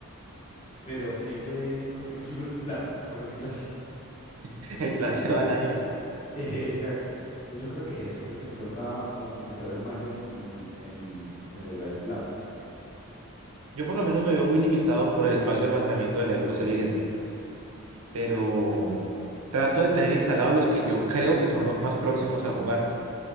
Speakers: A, on the left; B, on the right.
A: pero siempre como que no sigo el plan, por decirlo así.
B: <laughs> El plan
A: <laughs>
B: se va al año.
A: Exacto. Entonces yo creo que es eso, creo que me toca como concentrarme más en, en, en, en lograr el plan.
B: Yo por lo menos me veo muy limitado por el espacio de almacenamiento de la Xbox Series S, pero trato de tener instalados los que yo creo que son los más próximos a jugar.